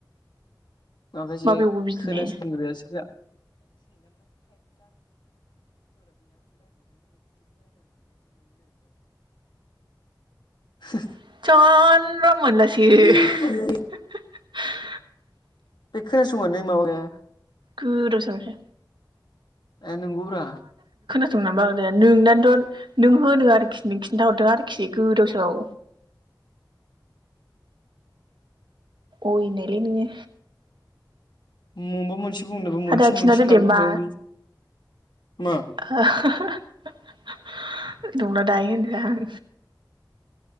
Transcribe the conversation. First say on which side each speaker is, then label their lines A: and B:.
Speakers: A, on the left; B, on the right.
A: माखासे
B: माबेयावबो बिदिनो
A: खोनासंग्रायासो दा <unintelligible>
B: <unintelligible>
A: दां
B: <unintelligible>
A: बे खोनासंनानै माबाग्राया
B: गोदाव सोरावसो
A: ए नोंगौब्रा
B: दं नामा ओ नोंनाथ' नों होनो आरोखि नों खिन्थाहरदों आरोखि गोदाव सोराव अय नायलै नोंयो
A: म म मोनसे बुंनोबो मोनसे
B: आदा खिन्थादो
A: मोनसे
B: दे
A: लांबाय
B: मा
A: थानांगौलै मा
B: <unintelligible> नंला दाहाय होनदों आं